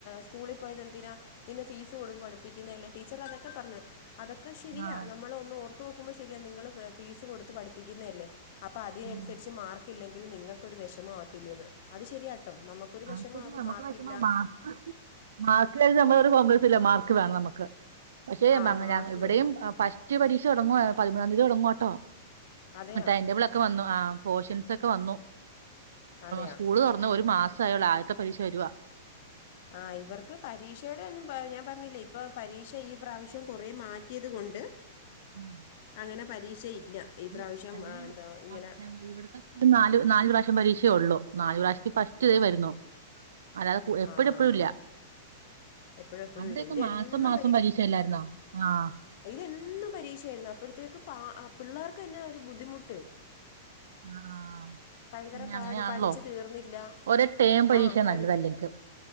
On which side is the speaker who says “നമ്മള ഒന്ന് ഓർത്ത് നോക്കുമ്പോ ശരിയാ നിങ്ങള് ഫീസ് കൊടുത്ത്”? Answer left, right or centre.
Left